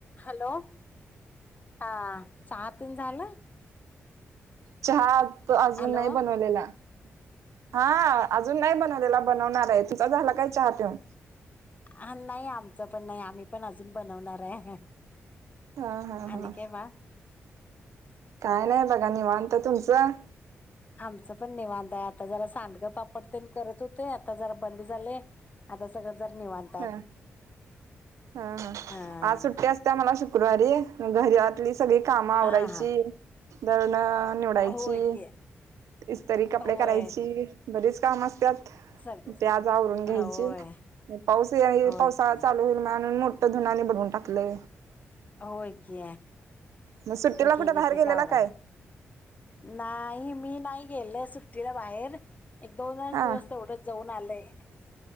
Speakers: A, on the left; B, on the right.
A: Hello हा हा तन झालं.
B: चहा त अजून
A: हॅलो
B: नाही बनवलेला हा अजून नाही बनवलेला बनवणार आहे तुचा झाला काय चहा पिऊन
A: ह नाही आमचं पण नाही आम्ही पण अजून बनवणार आहे.
B: हा हा
A: आणि
B: हा.
A: काय बाळ
B: काय नाही बघा निवणत तुमचं?
A: आमचं पण निवांध आहे आता जरा सांडगं पापड त्यांरी करत होते आता जरा बंद झाले. आता सगळं जर निवां
B: हा हा हा
A: हा
B: आ सुट्ट्या मला शुक्रवारी घरीली सगळी कामं आवरायची
A: हा
B: दरण निवडायची
A: होय की
B: इस्तरी कपडे
A: होय
B: करायची बरीच काम असतात. प्याज
A: सगळ
B: आवरून घ्यायची
A: होय
B: पाऊस ये
A: होय
B: पावसाळा
A: की
B: चालू होईल म्हणून मोठ. धुनानी भरून टाकले.
A: होय की
B: मग सुट्टीला
A: एक एक
B: कुठे बाहेर
A: एक एक
B: गेलेला
A: आवरायला
B: काय?
A: नाही मी नाही गेल सुट्टीला बाहेर एक दोनच
B: हा
A: दिवस तेवढं जाऊन आलंय